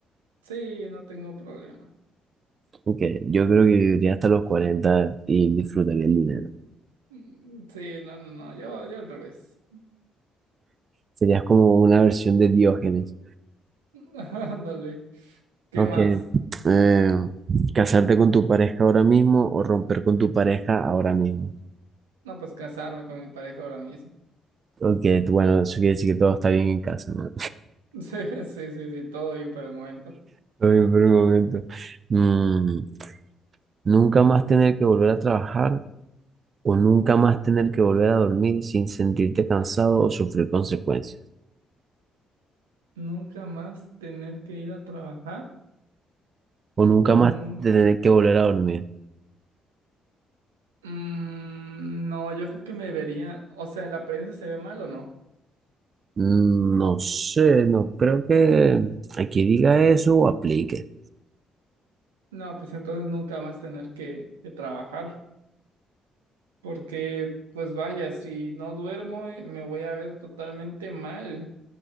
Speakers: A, on the right (about 80°); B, on the right (about 45°).
A: Sí, no tengo problema.
B: Aunque yo creo que viviría hasta los 40 y disfrutaría el dinero.
A: Mm, Sí, no, no, no, yo, yo al revés.
B: Serías como una versión de Diógenes.
A: <laughs> Ándale. ¿Qué
B: Aunque
A: más?
B: eh, casarte con tu pareja ahora mismo o romper con tu pareja ahora mismo.
A: No, pues casarme con mi pareja ahora mismo. <laughs>
B: Ok, bueno, eso quiere decir que todo está bien en casa, ¿no?
A: Sí, sí, sí, sí, todo bien por el momento.
B: <laughs> Todo bien por el momento. Mm, nunca más tener que volver a trabajar O nunca más tener que volver a dormir sin sentirte cansado o sufrir consecuencias.
A: ¿Nunca más tener que ir a trabajar?
B: O nunca
A: ¿O
B: más
A: nunca?
B: tener que volver a dormir.
A: Mm, no, yo creo que me vería. O sea, ¿la prensa se ve mal o no?
B: Mm, No sé, no creo que aquí diga eso o aplique.
A: No, pues entonces nunca más tener que, que trabajar. Porque, pues vaya, si no duermo, eh, me voy a ver totalmente mal.